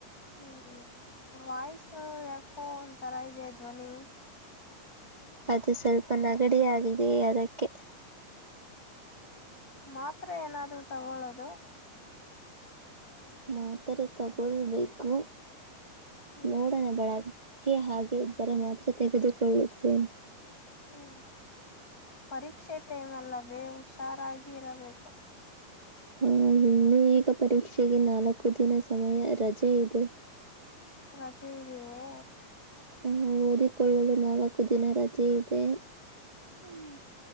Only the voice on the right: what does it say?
ಅದು ಸ್ವಲ್ಪ ನಗಡಿ ಆಗಿದೆಯೇ ಅದಕ್ಕೆ
ಮಾತರೆ ತಗೊಳ್ಬೇಕು
ನೋಡೋಣ ಬೆಳಿಗ್ಗೆ ಕೆ ಹಾಗೆ ಇದ್ದರೆ ಮಾತ್ರ ತೆಗೆದುಕೊಳ್ಳುತ್ತೇನೆ
ಹಾ ಇನ್ನು ಈಗ ಪರೀಕ್ಷೆಗೆ ನಾಲ್ಕು ದಿನ ಸಮಯ ರಜೆ ಇದೆ
ಆಹ ಓದಿಕೊಳ್ಳಲು ನಾಲ್ಕು ದಿನ ರಜೆ ಇದೆ